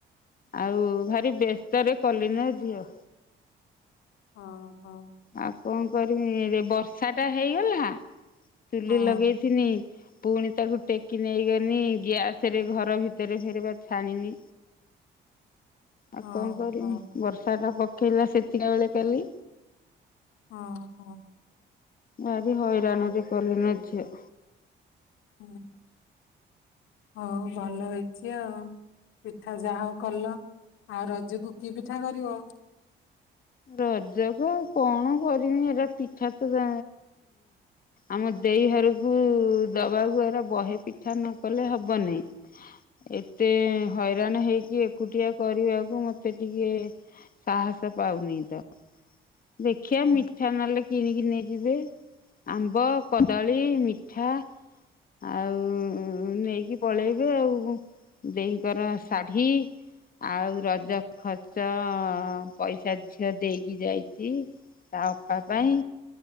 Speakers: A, on the left (about 45°); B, on the left (about 85°).
A: ଆଉ ଭାରି ବ୍ୟସ୍ତରେ କଲିଲୋ ଝିଅ।
B: ହଁ ହଁ
A: ଆଉ କଣ କରିମି ରେ ବର୍ଷା ଟା ହେଇଗଲା। ଚୁଲି
B: ହଁ
A: ଲଗେଇ ଥିନି। ପୁଣି ତାକୁ ଟେକି ନେଇଗନି ଗ୍ୟାସ ରେ ଘର ଭିତରେ ଫେରେ ବା ଛାଣିନି। ଆଉ
B: ହଁ
A: କଣ କରିବି
B: ହଁ
A: ବର୍ଷା ଟା ପ କେଇଲା ସେତିକିବେଳେ କାଲି
B: ହଁ ହଁ
A: ଭାରି ହଇରାଣ
B: ହଁ
A: ରେ କଲିନ ଝ ଝିଅ
B: ହୁଁ ହଉ ଭଲ ହେଇଚି ଆଉ ପିଠା ଯାହା ହଉ କଲ ଆଉ ରଜକୁ କି ପିଠା କରିବ?
A: ରଜକୁ କଣ କରିମି ଏରା ପିଠା ତ ଆମ ଦେଇ ହରକୁ ଦବାକୁ ଏରା ବହେ ପିଠା ନକଲେ ହବନି ଏତେ ହଇରାଣ ହେଇକି ଏକୁଟିଆ କରିବାକୁ ମତେ ଟିକେ ସାହସ ପାଉନି ତ ଦେଖିବା
B: ହୁଁ,
A: ମିଠା ନହଲେ କିଣି କି ନେଇଯିବେ ଆମ୍ ବ କଦାଳୀ
B: ହୁଁ,
A: ମି ପିଠା ଆଉ ନେଇକି ପଳେଇବେ ଆଉ ଦେଇଙ୍କର
B: ହୁଁ,
A: ଶାଢ଼ୀ ଆଉ ରଜ ଖର୍ଚ୍ଚ ପଇସା ଝିଅ ଦେଇକି ଯାଇଚି ତା ଅପା
B: ହୁଁ,
A: ପାଇଁ